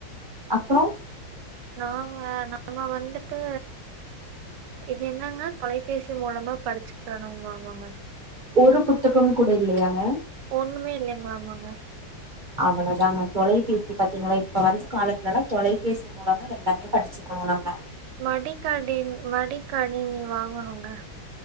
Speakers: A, on the right; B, on the right.
A: அப்றோ
B: நாங்க நம்ம வந்துட்டு இது என்னங்க தொலைபேசி மூலமா படிச்சுக்கனும்மாமாங்க
A: ஒரு புத்தகம் கூட இல்லையாங்க
B: ஒண்ணுமே இல்லைங்லாமாங்க
A: அவ்ளதாங்க தொலைபேசி பாத்தீங்களா இப்ப வந்த காலத்துலலா தொலைபேசி மூலமா எல்லாமே படிச்சுக்குவோ நம்ம
B: மடிக்கடின் மடிக்கணினி வாங்கனுங்க